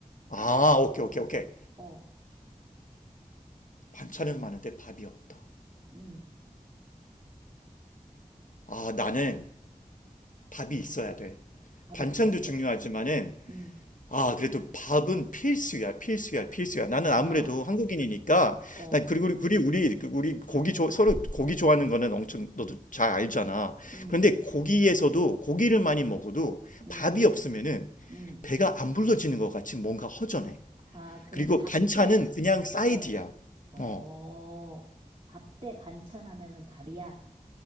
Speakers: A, on the left; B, on the right.
A: 아, 오케이, 오케이, 오케이.
B: 어,
A: 반찬은 많은데 밥이 없다.
B: 음,
A: 아, 나는 밥이 있어야 돼.
B: 밥이
A: 반찬도
B: 있어야 돼?
A: 중요하지만은
B: 음,
A: 아, 그래도 밥은 필수야, 필수야, 필수야. 나는
B: 아,
A: 아무래도 한국인이니까,
B: 어,
A: 난 그리고 우리 우리 그, 우리 고기 좋아 서로 고기 좋아하는 거는 엄청 너도 잘 알잖아.
B: 음,
A: 그런데 고기에서도 고기를 많이 먹어도
B: 음,
A: 밥이 없으면은
B: 음.
A: 배가 안 불러지는 것 같이 뭔가 허전해.
B: 아, 그럼
A: 그리고
B: 밥
A: 반찬은
B: 대,
A: 그냥 사이드야.
B: 어, 어,
A: 어.
B: 밥 대 반찬 하면은 밥이야?